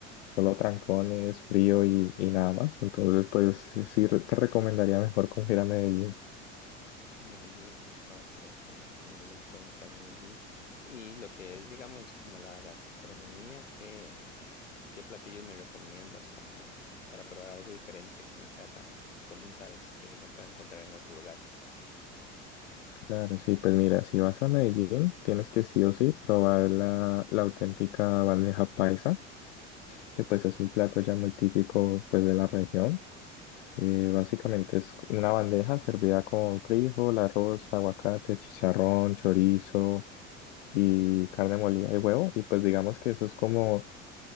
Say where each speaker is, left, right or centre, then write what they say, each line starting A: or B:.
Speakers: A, on the left; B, on the left.
A: solo trancones, frío y, y nada más. Entonces pues sí sí, re- te recomendaría mejor como ir a Medellín.
B: Medellín, ok, ok, tenerlo en cuenta, Medellín. Y lo que es, digamos, como la gastronomía, ¿qué, qué platillos me recomiendas como para probar algo diferente que no sea tan común, sabes, que no pueda encontrar en otros lugares?
A: Claro, sí, pues mira, si vas a Medellín, tienes que sí o sí probar la, la auténtica bandeja paisa, que pues es un plato ya muy típico pues de la región. Eh, básicamente es una bandeja servida con frijol, arroz, aguacate, chicharrón, chorizo y carne molida y huevo. Y pues digamos que eso es como